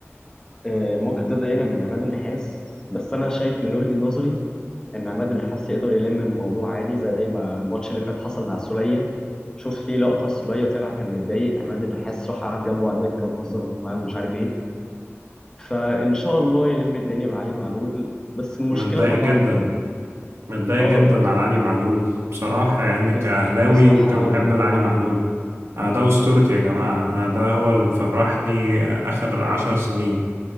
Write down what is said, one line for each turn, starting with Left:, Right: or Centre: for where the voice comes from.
Left: آه، موقف ده ضايقنا من عماد النحاس بس انا شايف من وجهه نظري ان عماد النحاس يقدر يلم الموضوع عادي زي ما الماتش اللي فات حصل مع السوليه شوف ليه لقطه السوليه طلع كان متضايق عماد النحاس راح قعد جنبه على الدكه وهزر معاه ومش عارف ايه فإن شاء الله يلم الدنيا بعلي معلول بس المشكلة
Right: متضايق
Left: طبعا
Right: جدا متضايق
Left: آه
Right: جدا على علي معلول بصراحة يعني
Left: بس
Right: كأهلاوي
Left: بصراحة
Right: وكمحب
Left: وأنا
Right: لعلي معلول أنا ده أسطورتي يا جماعة أنا ده هو اللي مفرحني آخر عشر سنين